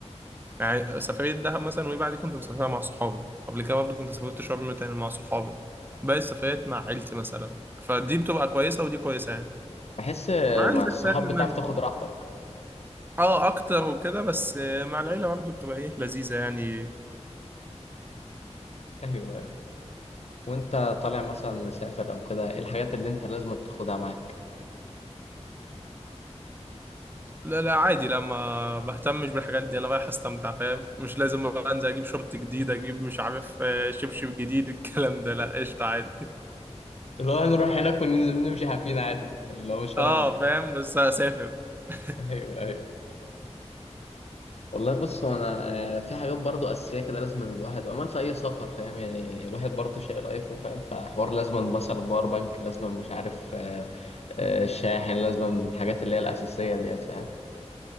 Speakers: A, on the right; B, on the left.
A: يعني سفريه دهب مثلا وايه بعد كنت مسافرها مع صحابي قبل كده برضه كنت سافرت شرم تاني مع صحابي باقي السفريات مع عيلتي مثلا فدي بتبقى كويسه ودي كويسه يعني
B: بحس
A: مع عيلتك
B: مع الصحاب
A: فاهم
B: بتعرف
A: انك
B: تاخد
A: بتبقى-
B: راحتك
A: اه اكتر وكده بس مع العيله برضه بتبقى ايه لذيذه يعني
B: ايوه أيوة. وانت طالع مثلا مسافر او كده ايه الحاجات اللي انت لازم تاخدها معاك
A: لا لا عادي لا ما بهتمش بالحاجات دي انا رايح استمتع فاهم مش لازم انزل اجيب شورت جديد اجيب مش عارف آه، شبشب جديد الكلام ده لا قشطه عادي
B: اللي هو نروح هناك وننزل نمشي حافين عادي اللي هو مش فارقه
A: اه
B: معاك
A: فاهم بس هسافر <laughs>
B: ايوه ايوه والله بص هو انا في حاجات برضو اساسيه كده لازم إن الواحد عموما في اي سفر فاهم يعني الواحد برضو شايل ايفون فاهم فحوار لازم مثلا باور بانك لازم مش عارف آه، آه، الشاحن لازم الحاجات اللي هي الاساسيه ديت فاهم